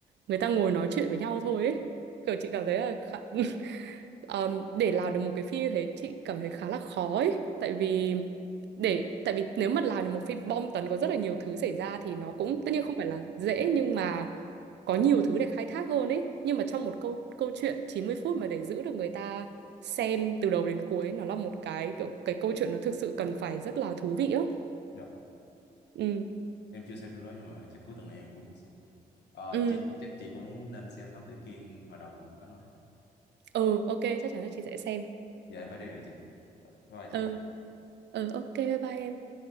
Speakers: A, on the right; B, on the left.
A: người ta ngồi nói chuyện với nhau thôi ấy. Kiểu chị cảm thấy là khá... <laughs> Ờm, để làm được một cái phim như thế chị cảm thấy khá là khó ấy. Tại vì để tại vì nếu mà làm được một phim bom tấn có rất là nhiều thứ xảy ra thì
B: dạ,
A: nó cũng tất nhiên không phải là dễ nhưng mà có nhiều thứ để khai thác hơn ấy nhưng mà trong một câu câu chuyện 90 phút mà để giữ được người ta xem từ đầu đến cuối nó là một cái kiểu cái câu chuyện nó thực sự cần phải rất là thú vị á
B: dạ.
A: ừ
B: em chưa xem phim đó nhưng mà chắc cuối tuần này em cũng sẽ xem Ờ,
A: ừ
B: chị chắc chị cũng nên xem Thám Tử Kiên hồi đầu mình có nói
A: ừ ok chắc chắn là chị sẽ xem
B: giờ em phải đi rồi chị bye bye
A: ừ
B: chị
A: ừ ok bye bye em